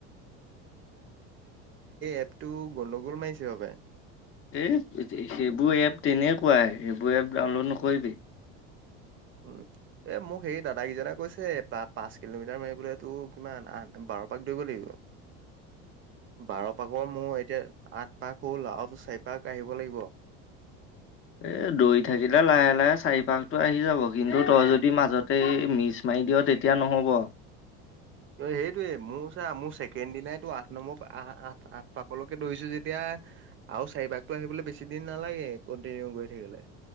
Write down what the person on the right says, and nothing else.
এপ টো গণ্ডগোল মাৰিছে হপাই-
উম এ মোক সেই দাদা কেইজনে কৈছে পাঁচ কিলোমিটাৰ মাৰিবলৈতো কিমান- বাৰ পাক দৈব লাগিব।
বাৰ পাকৰ মোৰ এতিয়া আঠ পাক হ'ল আউ আৰুটো চাইপাক আহিব লাগিব।
অ সেইটোয়ে মোৰ চা মোৰ ছেকেণ্ড দিনাইতো আঠ নম্বৰ আঠ আঠ পাকলৈকে দৌৰিছো যেতিয়া আও চাৰিপাগতটো আহিবলৈ বেছি দিন নালাগে কন্টিনিউ গৈ থাকিলে।